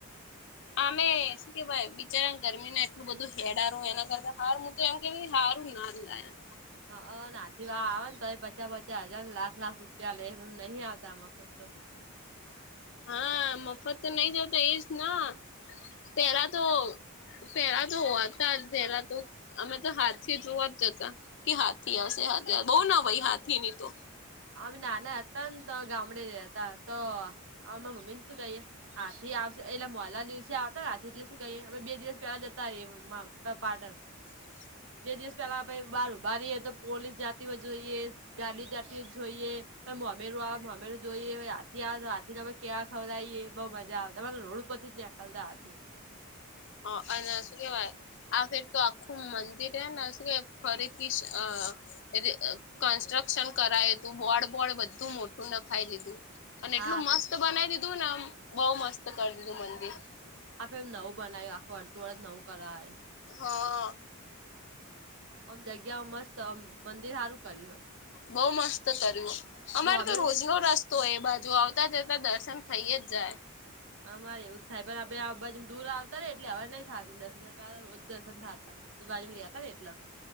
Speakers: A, on the left; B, on the right.
A: આમે શું કેવાય બિચારાન ગરમીમાં એટલું બધું હેડારું એના કરતાં હારુન તો એમ કે ભઈ હારુન ના જ લાયા.
B: હા અ નાથી વા આવેને તોય એ પચાસ પચાસ હજાર, લાખ લાખ રૂપિયા લે એમ એમ નહિં આવતા મ વખત તો
A: હ <inaudible> હા મફત તો નહીં આવતા એજ ના પેહલાં તો પેહલાં તો હોતા હતાં જ પેલાં તો અમે તો હાથી જોવા જ જતાં. કે હાથી આવશે હાથી આવ બઉ નવાઈ હાથીની તો.
B: અમે નાનાં હતાં ને તો ગામડે ગયા તા તો અ માર મમ્મીને શું કહીએે હાથી આવશે એલા મોલા દિવસે આવતા હાથી એટલે શું કહીએ અમે બે દિવસ પેલા જતાં રીયે મ પાટણ.
A: હ <inaudible>
B: બે દિવસ પેલા પહી બહાર ઊભાં રહીએ તો પોલીસ જાતી હોય જોઈએ ગાડી જા તી જોઈએ પહી મોમેરૂ આવે મોમેરૂ જોઈએ પહી હાથી આવે તો હાથીને એ કેવા ખવરાઈએ બહુ મજા આવતાં અમાર રોડ ઉપર પરથી જ નેકલતા હાથી.
A: હ અને શું કેવાય આ ફેર તો આખું મંદિર હેને શું કે ફરીથી અ એ કન્સ્ટ્રક્શન કરાયું હતું બોર્ડ બોર્ડ બધું મોટું નખાઈ દીધું. અને
B: હા
A: એટલું મસ્ત બનાઈ દીધુંને આમ બવ મસ્ત કર દીધું મંદિર.
B: આ ફેરી નવું બનાયું આખું અડધું અડ નવું કરાય.
A: હ.
B: ઓમ જગ્યાઓ મસ્ત મંદિર સારું કર્યું હ.
A: બઉ મસ્ત કર્યું અમારે
B: મોમેરું
A: તો રોજ
B: જે
A: રસ્ તો એ બાજુ આવતાં જતાં દર્શન થઈ જ જાય.
B: અમારે એવું જ થાય પણ અબે આ બાજુ દૂર આવતા રહ્યાને એટલે હવે નહીં થાતું દર્શન નકર હારા રોજ દર્શન થાતા. એ બાજુ લ્યા તાન એટલા